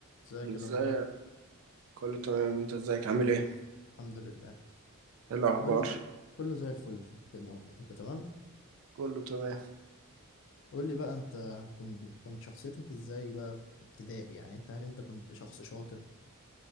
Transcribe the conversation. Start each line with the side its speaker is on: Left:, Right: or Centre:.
Left: ازيك
Right: ازيك
Left: إيه الاخبار
Right: كله تمام انت ازيك عامل ايه
Left: الحمد لله
Right: ايه الاخبار
Left: قول لي كله زي الفل الأخبار. انت تمام
Right: كله تمام
Left: قول لي بقى انت كنت كانت شخصيتك ازاي بقى في ابتدائي يعني انت هل انت كنت شخص شاطر